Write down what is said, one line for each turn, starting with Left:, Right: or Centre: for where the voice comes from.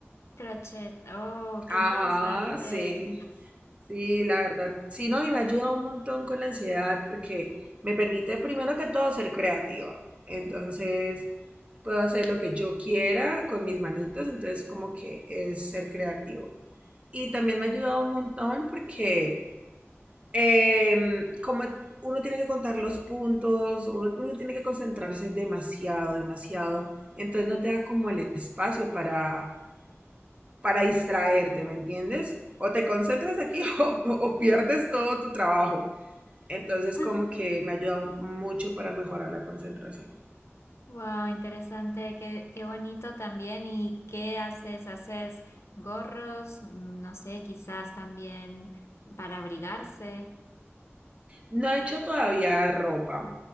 Left: Crochet. Oh, qué
Right: Ajá,
Left: interesante.
Right: sí. Sí, la verdad, sí, no, y me ayuda un montón con la ansiedad porque me permite primero que todo ser creativa. Entonces, puedo hacer lo que yo quiera con mis manitos, entonces como que es ser creativo. Y también me ha ayudado un montón porque em, como uno tiene que contar los puntos, uno, uno tiene que concentrarse demasiado, demasiado, entonces no te da como el espacio para para distraerte, ¿me entiendes? O te concentras aquí <laughs> o, o pierdes todo tu trabajo. Entonces
Left: <laughs>
Right: como que me ayudó mucho para mejorar la concentración.
Left: Wow, interesante. Qué, qué bonito también. ¿Y qué haces? ¿Haces gorros? Mm, No sé, quizás también para abrigarse.
Right: No he hecho todavía ropa.